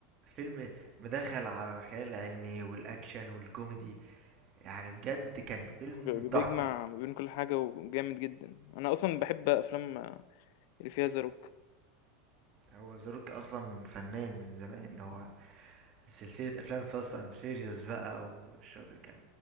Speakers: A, on the right; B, on the left.
A: فيلم مدخل على الخيال العلمي والاكشن والكوميدي يعني بجد كان فيلم
B: ب بيجمع
A: تحفة
B: ما بين كل حاجة وجامد جدًا، أنا أصلًا باحب أفلام اللي فيها The Rock
A: هو ذا روك اصلا فنان من زمان هو سلسلة افلام فاست اند فيريوس بقى والشغل كان